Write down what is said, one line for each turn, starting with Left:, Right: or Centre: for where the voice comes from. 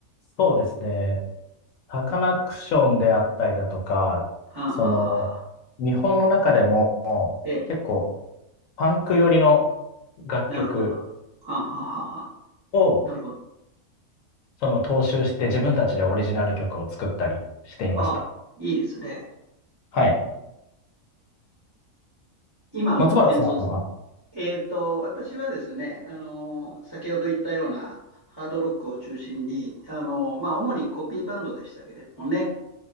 Left: そうですね、サカナクションであったりだとか、
Right: はあ、
Left: その、
Right: はあはあはあ。
Left: 日本の中でも
Right: ええ、
Left: 結構パンク寄りの楽曲
Right: なるほど。はあ、はあはあはあ。
Left: を
Right: なるほど。
Left: その踏襲して自分たちでオリジナル曲を作ったりしていました。
Right: ああ、いいですね。
Left: はい。
Right: 今も演奏
Left: 松原さんは、
Right: えーと、私はですね、あのー先ほど言ったようなハードロックを中心に、あのーまあ、主にコピーバンドでしたけれどもね、